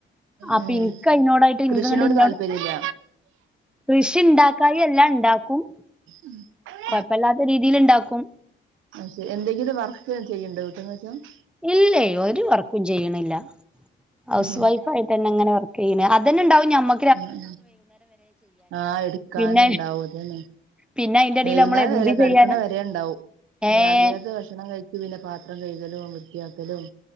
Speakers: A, in the centre; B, on the right (about 85°).
A: അപ്പിൻ
B: ഏ
A: കയ്നോടായിട്ട് ഇൻക്ക്
B: കൃഷിനോട്
A: അങ്ങ്ട്ട് ഇന്നോട്
B: താല്പര്യല്ല
A: കൃഷി ഇണ്ടാക്കായല്ല ഇണ്ടാക്കും
B: ഉം
A: കൊഴപ്പല്ലാത്ത രീതിലിണ്ടാക്കും
B: അയ്ശെരി എന്തെങ്കിലും വർക്ക് ചെയ്യ്ണ്ടോ വീട്ട് <unintelligible>
A: ഇല്ലെയ് ഒരു വർക്കും ചെയ്യണില്ല ഹൗസ്
B: ഉം ഉം
A: വൈഫായിട്ടന്നെങ്ങനെ വർ ക്കെയ്യനെ അതന്നെണ്ടാവും ഞമ്മ
B: ഉം ഉം ആഹ് എട്ക്കാനിണ്ടാവും
A: പിന്നെ
B: അതാണ്
A: പിന്നെ അയിന്റെടീല്
B: വൈകുന്നേരല്ലല്ലോ
A: നമ്മളെന്ത്
B: കട്ക്ക്ണവരെണ്ടാവും
A: ചെയ്യാനാ
B: പിന്ന
A: ഏഹ്
B: രാത്രികത്തെ ഭക്ഷണം കഴ് പിന്നെ പാത്രം കൈകലും വൃത്തിയാക്കലും